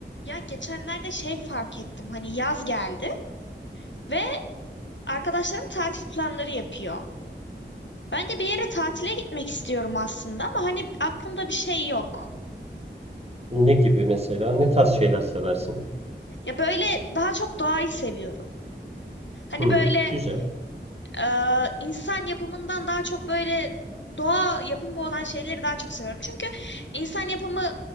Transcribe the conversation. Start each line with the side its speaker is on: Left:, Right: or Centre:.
Left: Ya geçenlerde şey fark ettim. Hani yaz geldi ve arkadaşlarım tatil planları yapıyor. Ben de bir yere tatile gitmek istiyorum aslında ama hani aklımda bir şey yok.
Right: Ne gibi mesela? Ne tarz şeyler seversin?
Left: Ya böyle daha çok doğayı seviyorum. Hani
Right: Hmm,
Left: böyle
Right: güzel.
Left: e, insan yapımından daha çok böyle doğa yapımı olan şeyleri daha çok seviyorum. Çünkü insan yapımı